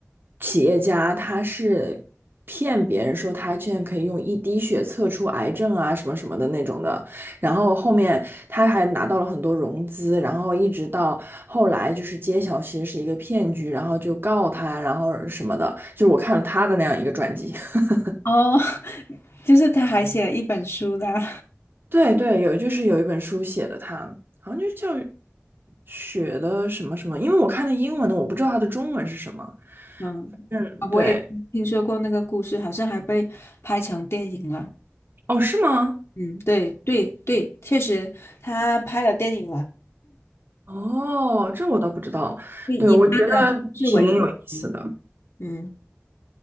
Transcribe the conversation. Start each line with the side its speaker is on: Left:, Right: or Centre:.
Right: 企业家，她是骗别人说她现在可以用一滴血测出癌症啊什么什么的那种的，然后后面她还拿到了很多融资，然后一直到后来就是揭晓其实是一个骗局，然后就告她，然后什么的，就是我看了她的那样一个传记。<laughs>
Left: 哦，<laughs> 就是他还写了一本书啦，
Right: 对对，有就是有一本书写的他，好像就叫雪的什么什么，因为我看的英文的，我不知道它的中文是什么。
Left: <laughs> 嗯。
Right: 嗯，
Left: 我也听说过那个故事，
Right: 对，
Left: 好像还被拍成电影了。
Right: 哦，是吗？
Left: 嗯，对对对，确实他拍了电影了，
Right: 哦，这我倒不知道。
Left: 就以他的故事为原型。
Right: 对，我觉得挺有意思的。
Left: 嗯，